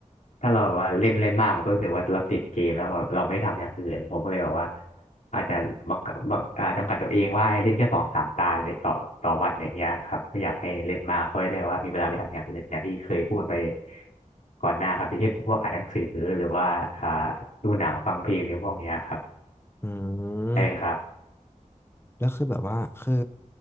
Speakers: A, on the left; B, on the left.
A: ถ้าเราแบบว่าเล่นเล่นมากมันก็รู้สึกว่าเราติดเกมแล้วเราเราไม่ได้ทำอย่างอื่นผมก็เลยบอกว่าอาจจะบังคับบังอ่าจำกัดตัวเองว่าให้เล่นแค่สองสามตาเลยต่อต่อวันอย่างเงี้ยครับไม่อยากให้เล่นมากเพราะเลยว่ามีเวลาไปทำอย่างอื่นอย่างที่เคยพูดไปก่อนหน้าครับอย่างเช่นพวกอ่านหนังสือหรือว่าอ่าดูหนังฟังเพลงในพวกเนี้ยครับ
B: อืม
A: ใช่ครับ
B: แล้วคือแบบว่าคือ